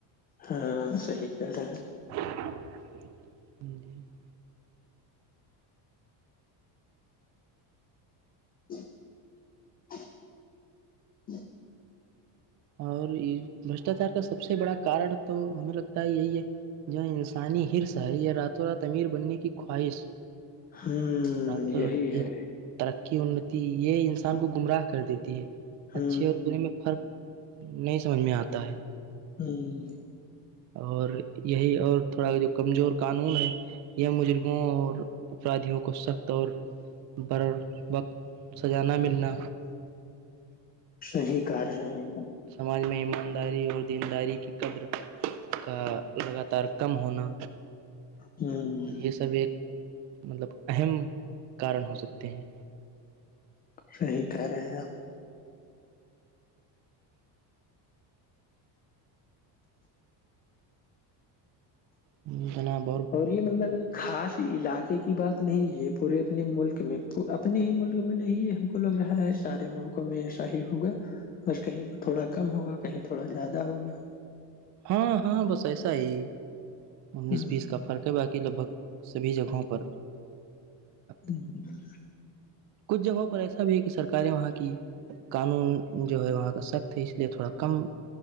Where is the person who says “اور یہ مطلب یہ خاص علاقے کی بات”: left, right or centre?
Left